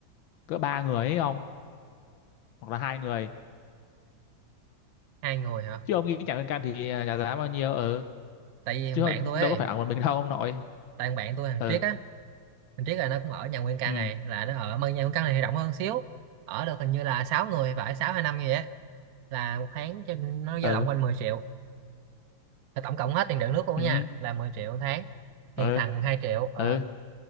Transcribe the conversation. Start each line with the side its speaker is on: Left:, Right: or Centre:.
Left: cỡ ba người ấy ông hoặc là hai người
Right: hai người hả
Left: chứ ông nghĩ chẳng liên can thì ờ, nhà giá bao nhiêu ừ
Right: tại vì thằng
Left: chứ không-
Right: bạn tôi
Left: đâu
Right: ấy
Left: có phải ở một mình đâu ông nội
Right: tại thằng bạn tôi thằng
Left: ừ
Right: Triết á mình biết là nó cũng ở nhà nguyên căn
Left: ừ
Right: này là nó ở mà nhà nguyên căn này thì rộng hơn xíu ở được hình như là sáu người phải 6 6 hay 5 gì á là một tháng cho nó dao
Left: ừ
Right: động quanh mười triệu là tổng cộng hết tiền điện nước luôn á
Left: ừ
Right: nha là 10 triệu một tháng thì
Left: ừ
Right: thằng 2 triệu ờ,
Left: ừ